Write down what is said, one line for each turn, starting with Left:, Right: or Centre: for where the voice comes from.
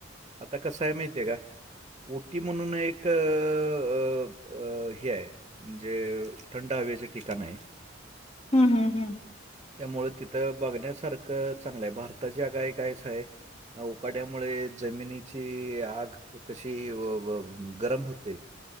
Right: आता कस आहे माहितीय आहे का? ओटी म्हणून एक हे आहे. म्हणजे थंड हवेचे ठिकाण आहे.
Left: हम्म हम्म हम्म
Right: त्यामुळं तिथं बघण्यासारखं चांगलं आहे गाय आहे. उकाड्यामुळे जमिनीची आग. कशी अब व गरम होते